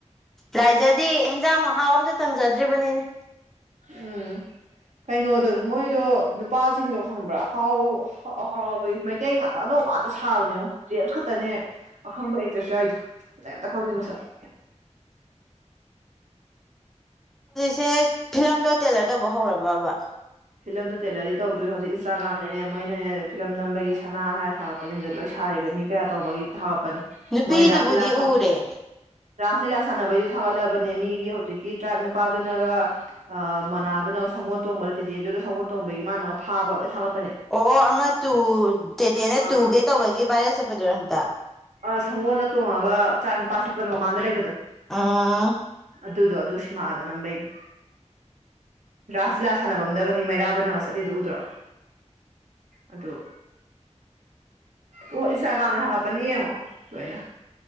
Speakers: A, in the centre; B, on the right (about 75°).
A: ꯂꯥꯏꯖꯗꯤ ꯍꯟꯖꯥꯡ ꯃꯍꯥꯎ ꯑꯝꯇ ꯇꯪꯖꯗ꯭ꯔꯤꯕꯅꯤꯅꯦ
B: ꯎꯝ ꯀꯩꯅꯣꯗꯣ ꯃꯣꯏꯗꯣ ꯅꯨꯄꯥꯁꯤꯡꯗꯣ ꯈꯪꯕ꯭ꯔꯥ ꯍꯥꯎ <unintelligible> ꯀꯩ ꯉꯇ ꯑꯅꯧꯕ ꯉꯥꯛꯇ ꯁꯥꯕꯅꯦ ꯖꯦꯝꯁ ꯈꯛꯇꯅꯦ ꯑꯈꯪꯕ ꯑꯦꯛꯇ꯭ꯔꯦꯁ ꯌꯥꯎꯔꯤꯗꯣ ꯑꯇꯩ ꯑꯝꯇ ꯈꯪꯗꯦ ꯃꯁꯛ <inaudible>
A: ꯁꯦ ꯐꯤꯂꯝꯗꯣ ꯇꯦꯂꯔ ꯇꯧꯕ ꯍꯧꯔꯕꯕ
B: ꯐꯤꯂꯝꯗꯨꯣ ꯇꯦꯂꯔꯗꯤ ꯇꯧꯗꯣꯏꯔꯤ ꯍꯧꯖꯤꯛ ꯏꯟꯁꯇꯥꯒ꯭ꯔꯥꯝꯗꯅꯦ ꯃꯣꯏꯅꯅꯦ ꯐꯤꯂꯝ ꯅꯝꯕꯒꯤ ꯁꯅꯥ ꯍꯥꯏꯔ ꯊꯥꯡꯒꯠꯄꯅꯤ ꯂꯣꯏ ꯁꯥꯔꯤ ꯂꯩ ꯃꯤ ꯀꯌꯥ ꯇꯧꯕꯒꯤ ꯊꯒꯛꯄꯅꯤ
A: ꯅꯨꯄꯤꯗꯨꯕꯨꯗꯤ
B: ꯃꯣꯏ ꯔꯥꯁ ꯂꯤꯂꯥ
A: ꯎꯔꯦ
B: ꯔꯥꯁ ꯂꯤꯂꯥ ꯁꯥꯟꯅꯕꯩꯁꯨ ꯊꯥꯒꯠꯂꯕꯅꯦ ꯃꯤꯒꯤ ꯍꯧꯖꯤꯛꯤ ꯇ꯭ꯔꯥꯏꯞ ꯅꯨꯄꯥꯗꯨꯅꯒ ꯑ ꯃꯣꯅꯥꯗꯨꯅꯒ ꯁꯪꯒꯣꯜ ꯇꯣꯡꯕꯗ ꯁꯤꯗꯤ ꯑꯗꯨꯗ ꯁꯒꯣꯠ ꯇꯣꯡꯕꯒꯤ ꯃꯥꯅꯒ ꯐꯥꯕ ꯂꯣꯏ ꯁꯥꯡꯒꯠ
A: ꯑꯣ ꯑꯣ ꯑꯃ ꯇꯨ ꯇꯦꯇꯦꯅ
B: ꯑ
A: ꯇꯨꯒꯦ ꯇꯧꯕꯒꯤ ꯚꯥꯏꯔ ꯆꯠꯄꯗꯨꯔꯣ ꯍꯟꯇ
B: ꯑ ꯁꯪꯒꯣꯜꯗ ꯇꯣꯡꯉꯒ ꯆꯥ ꯅꯨꯄꯥ ꯁꯠꯄꯅꯣ ꯃꯃꯥꯡꯗ ꯂꯩꯕꯗꯣ
A: ꯑꯥ
B: ꯑꯗꯨꯗꯣ ꯑꯗꯨ ꯁꯤꯃꯥꯗꯣ ꯅꯝꯕꯩꯅꯦ ꯔꯥꯁ ꯂꯤꯂꯥ ꯁꯥꯟꯅꯅꯕ ꯑꯝꯗꯒ ꯃꯤ ꯃꯩꯔꯥꯕ ꯅꯪꯒ ꯆꯠꯂꯤꯗꯨ ꯎꯗ꯭ꯔꯣ ꯑꯗꯣ ꯑꯣ ꯏꯅꯁꯇꯥꯒꯝ ꯗ ꯊꯥꯒꯠꯄꯅꯦ ꯌꯦꯡꯉꯣ ꯂꯣꯏꯅ